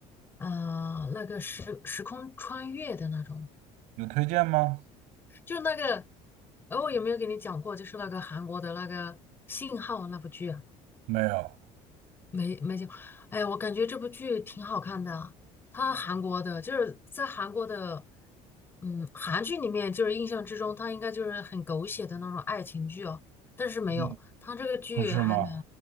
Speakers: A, on the left; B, on the right.
A: 呃那个时时空穿越的那种。
B: 有推荐吗？
A: 就那个，呃，我有没有给你讲过？就是那个韩国的那个信号那部剧啊，
B: 没有。
A: 没没讲。哎呀，我感觉这部剧挺好看的啊，它韩国的，就是在韩国的，嗯，韩剧里面，就是印象之中，它应该就是很狗血的那种爱情剧哦，但是没有，
B: 嗯，
A: 它这个剧还蛮，
B: 不是吗？